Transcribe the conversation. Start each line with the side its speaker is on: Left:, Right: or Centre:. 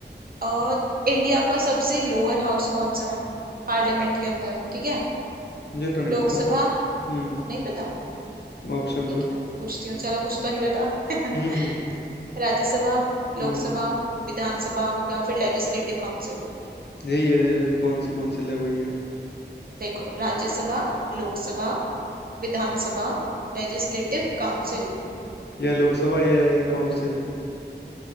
Right: अ, इंडिया का सबसे लोअर हाउस कौन सा है पार्लियामेंट के अंदर ठीक है
Left: मुझे तो नहीं
Right: लोकसभा
Left: पता हम्म
Right: नहीं पता
Left: ऑप्शन
Right: ठीक
Left: दो
Right: है पूछती हूँ चलो कुछ तो नहीं पता <laughs>
Left: हम्म
Right: राज्यसभा लोकसभा
Left: हम्म
Right: विधानसभा या फिर लेजिस्लेटिव काउंसिल
Left: यही है कौन सी कौंसिल है वही है
Right: देखो राज्यसभा लोकसभा विधानसभा लेजिस्लेटिव काउंसिल
Left: यह लोकसभा ये है ये काउंसिल